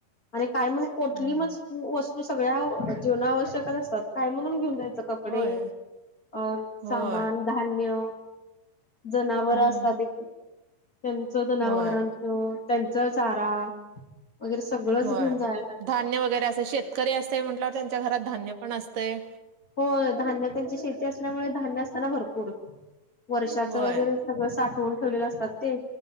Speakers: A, on the left; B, on the right.
A: आणि काय म्हणून कोठली
B: हम्म
A: म वस्तू सगळ्या जेवणं आवश्यकच असतात काय म्हणून घेऊन जायचं. कपडे
B: होय
A: अ
B: होय
A: सामान धान्य जनावर
B: हम्म
A: असतात एक त्यांचं जनावरांचं
B: होय
A: त्यांचा चारा वगैरे सगळंच
B: होय
A: घेऊन जायला लागतय.
B: धान्य वगैरे अस शेतकरी असतय म्हटल्यावर त्यांच्या घरात धान्य पण असतय.
A: होय धान्य त्यांची शेती असल्यामुळे धान्य असताना भरपूर. वर्षाचं
B: होय
A: वगैरे सगळं साठवून ठेवलेलं असतात ते.